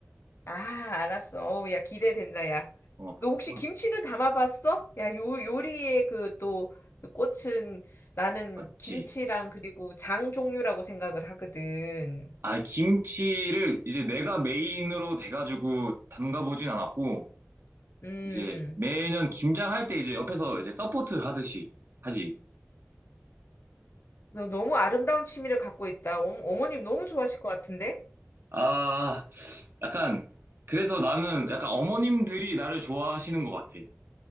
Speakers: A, on the left (about 50°); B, on the right (about 50°).
A: 아, 알았어. 어우, 야, 기대된다, 야.
B: 어,
A: 너 혹시
B: 어,
A: 김치는 담아봤어? 야, 요, 요리의 그 또, 그 꽃은 나는
B: 맞지.
A: 김치랑 그리고 장 종류라고 생각을 하거든.
B: 아, 김치를 이제 내가 메인으로 돼가지고 담가보진 않았고,
A: 음.
B: 이제 매년 김장할 때 이제 옆에서 이제 서포트 하듯이 하지.
A: 너 너무 아름다운 취미를 갖고 있다. 어, 어머님 너무 좋아하실 것 같은데?
B: 아, 약간, 그래서 나는 약간 어머님들이 나를 좋아하시는 것 같아.